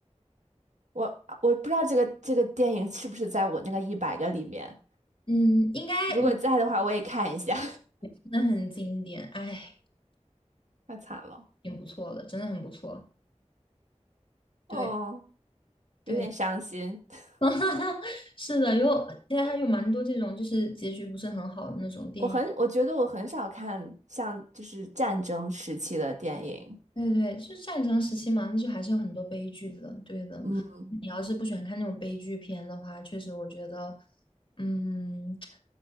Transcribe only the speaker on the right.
我我不知道这个这个电影是不是在我那个一百个里面，
如果在的话，我也看一下，
<laughs> 太惨了，
哦，
有点伤心。<laughs>
我很，我觉得我很少看像就是战争时期的电影，
嗯。